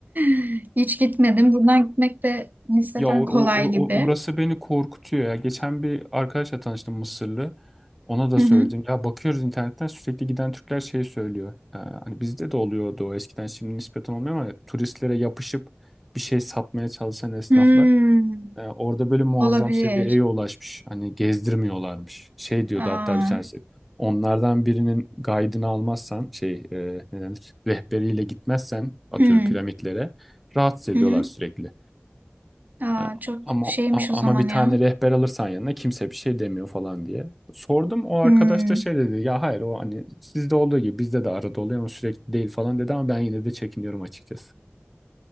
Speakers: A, on the right; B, in the centre.
A: <laughs> hiç gitmedim. Buradan gitmek de nispeten
B: Ya or,
A: kolay
B: or- or-
A: gibi.
B: orası beni korkutuyor ya. Geçen bir arkadaşla tanıştım Mısırlı. Ona da
A: Hı
B: söyledim.
A: hı.
B: Ya bakıyoruz internetten sürekli giden Türkler şey söylüyor. Ee, hani bizde de oluyordu o eskiden şimdi nispeten olmuyor ama turistlere yapışıp bir şey satmaya çalışan esnaflar.
A: Hmm,
B: e, orada böyle muazzam
A: olabilir.
B: seviyeye ulaşmış. Hani gezdirmiyorlarmış. Şey diyordu
A: Aa,
B: hatta bir tanesi. Onlardan birinin guide'ını almazsan şey e, ne denir? Rehberiyle gitmezsen atıyorum
A: hmm,
B: piramitlere rahatsız ediyorlar
A: hı hı.
B: sürekli.
A: Aa,
B: Ya,
A: çok
B: Ama
A: şeymiş
B: a-
A: o zaman
B: ama bir tane
A: ya.
B: rehber alırsan yanına kimse bir şey demiyor falan diye. Sordum o arkadaş
A: Hmm.
B: da şey dedi ya hayır o hani sizde olduğu gibi bizde de arada oluyor ama sürekli değil falan dedi ama ben yine de çekiniyorum açıkçası.